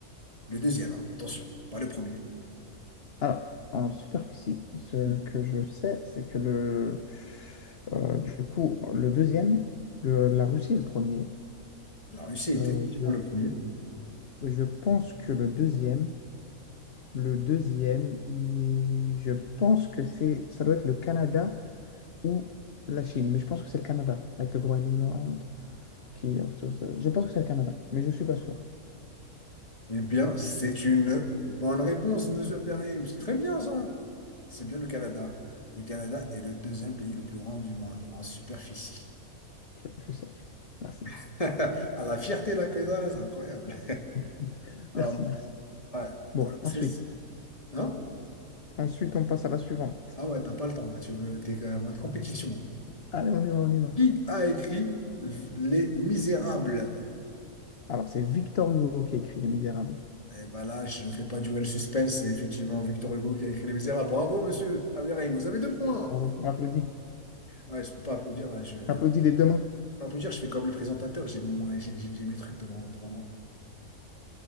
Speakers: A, on the left (about 25°); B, on the left (about 50°).
A: Le deuxième, hein, attention, pas le premier.
B: Alors, en superficie, ce
A: Mm.
B: que je sais, c'est que le, euh, du coup, le deuxième, le- la Russie est le premier.
A: La Russie est
B: Euh,
A: effectivement
B: je,
A: le premier.
B: je pense que le deuxième, le deuxième, il- je pense que c'est, ça doit être le Canada. ou la Chine, mais je pense que c'est le Canada, avec le Groenland qui... est partout. Je pense que c'est le Canada, mais je ne suis pas sûr.
A: Eh bien, c'est une bonne réponse, monsieur Abderrahim. C'est très bien ça. C'est bien le Canada. Le Canada est le deuxième pays le plus grand du monde en superficie.
B: Je, je sais, je sais. Merci.
A: <laughs> À la fierté là que t'as, là, c'est incroyable.
B: <laughs>
A: Alors,
B: Merci, merci.
A: ouais,
B: Bon,
A: bon, là,
B: ensuite.
A: celle-ci. Hein?
B: Ensuite, on passe à la suivante.
A: Ah ouais, t'as pas le temps, là. Tu veux, t'es quand même en compétition. là.
B: Allez, on y va, on y va.
A: Qui a écrit Les Misérables?
B: Alors, c'est Victor Hugo qui a écrit Les Misérables.
A: Eh ben là, je ne fais pas durer le suspense, c'est effectivement Victor Hugo qui a écrit Les Misérables. Bravo, monsieur Abderrahim, vous avez deux points.
B: Bravo. On applaudit.
A: Ouais, je peux pas applaudir là, je je
B: On applaudit des deux mains.
A: peux pas applaudir, je fais comme le présentateur, j'ai mon, j'ai j'ai- j'ai mes trucs devant, devant moi.